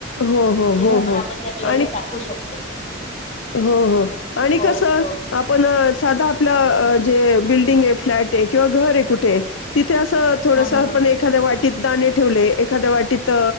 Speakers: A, on the left; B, on the left.
A: हो हो
B: तेव्हा
A: हो
B: पण
A: हो
B: आपण त्या बियाश
A: आणि
B: टाकवू शकतो
A: हो हो आणि
B: हो
A: कस
B: हो
A: पण साधा आपलं जे बिल्डिंग आहे फ्लॅट आहे किंवा घर आहे कुठे आहे तिथे असं थोडस
B: हा हा हा
A: पण एखाद्या वाटीत दाणे ठेवले एखाद्या वाटीत